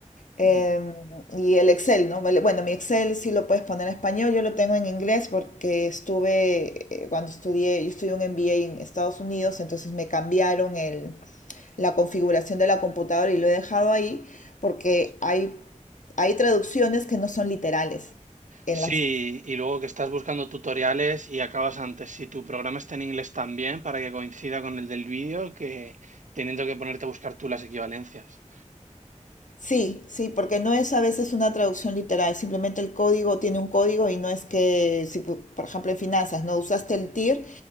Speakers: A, on the left; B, on the right.
A: em,
B: Ujú.
A: y el Excel, ¿no? Vale, Bueno, mi Excel sí lo puedes poner en español, yo lo tengo en inglés porque estuve, eh, cuando estudié, yo estudié un MBA en Estados Unidos, entonces me cambiaron el, la configuración de la computadora y lo he dejado ahí porque hay, hay traducciones que no son literales en
B: Sí,
A: las
B: y luego que estás buscando tutoriales y acabas antes. Si tu programa está en inglés también, para que coincida con el del vídeo, que teniendo que ponerte a buscar tú las equivalencias.
A: Sí, sí, porque no es a veces una traducción literal, simplemente el código tiene un código y no es que, si pu- por ejemplo en finanzas no usaste el TIR,